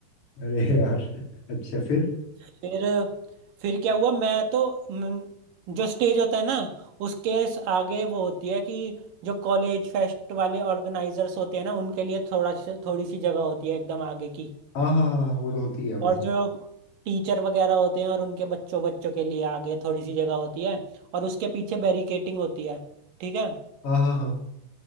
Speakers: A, on the left (about 30°); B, on the right (about 60°).
A: अरे यार अच्छा फिर
B: फिर फिर क्या हुआ मैं तो म, जो स्टेज होता है ना उसके स- आगे वो होती है कि जो कॉलेज फेस्ट वाले ऑर्गेनाइजर्स होते हैं ना उनके लिए थोड़ा सी- थोड़ी सी जगह होती है एकदम आगे की
A: हाँ हाँ हाँ हाँ, वो तो होती है वैसे
B: और जो टीचर वगैरह होते हैं और उनके बच्चों बच्चों के लिए आगे थोड़ी सी जगह होती है और उसके पीछे बैरिकेटिंग होती है ठीक है
A: हाँ हाँ हाँ